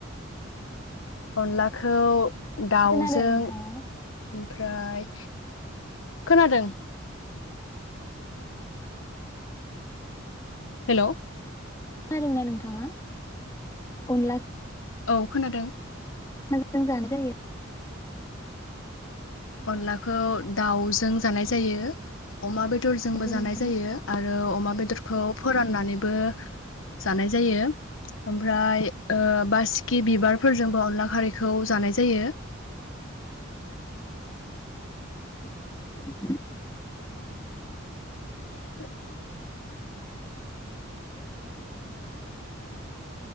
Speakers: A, on the left; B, on the left.
A: अनलाखौ दाउजों
B: खोनादों नोंथाङा?
A: ओमफ्राय, खोनादों। हेलौ
B: खोनादोंना नोंथाङा अनला
A: औ खोनादों
B: माजों जानाय जायो
A: अनलाखौ दाउजों जानाय जायो। अमा बेदरजोंबो
B: नंगौ
A: जानाय
B: नोंथां
A: जायो आरो अमा बेदर खौ फोराननानैबो जानाय जायो ओमफ्राय ओ बासिकि बिबारफोरजोंबो अनला खारैखौ जानाय जायो।
B: <inaudible>
A: <inaudible>